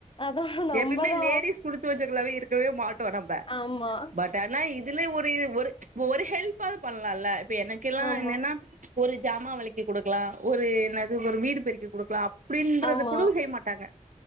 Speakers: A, on the left; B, on the right.
A: அதா நம்பதா
B: எப்பயுமே லேடிஸ் குடுத்து வச்சவங்காளவே இருக்கவே மாட்டோ நம்ப
A: ஆமா
B: பட் ஆனா இ துல ஒரு ஒரு ஒரு ஹெல்ப்பாவுது பண்ணலால்ல இப்ப எனக்கெல்லா
A: ஆமா
B: என்னென்னா ஒரு ஜாமா வெலைக்கி குடுக்கலா ஒரு என்னாது ஒரு வீடு பெருக்கி குடுக்கலா இப்டின்றது
A: ஆமா
B: கூடவும் செய் மாட்டாங்க